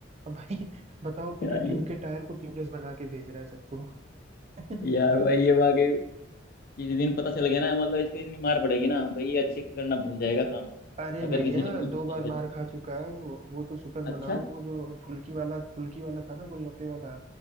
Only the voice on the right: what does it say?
अब भाई <laughs> बताओ बिना
ट्यूब के टायर को ट्यूबलेस बना के भेज रहा है सबको <laughs>
अरे
भैया
दो बार
मार
खा चुका है वो वो तो शुक्र मनाओ
वो जो फुल्की वाला फुल्की वाला था ना गोलगप्पे वाला